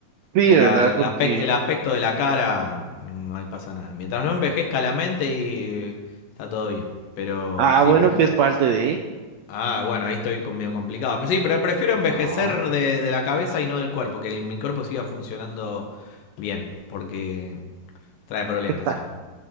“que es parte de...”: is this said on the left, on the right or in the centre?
Right